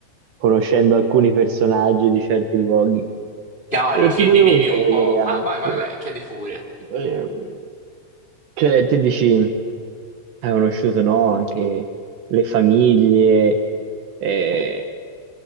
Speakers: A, on the right; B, on the left.
A: conoscendo alcuni personaggi di certi luoghi.
B: Chiaro,
A: E
B: sì,
A: ti volevo
B: rivivi
A: chiedere
B: un po'. Ah,
A: anche,
B: vai, vai, vai, chiedi pure.
A: ehm, cioè, te dici hai conosciuto, no, anche le famiglie. eh,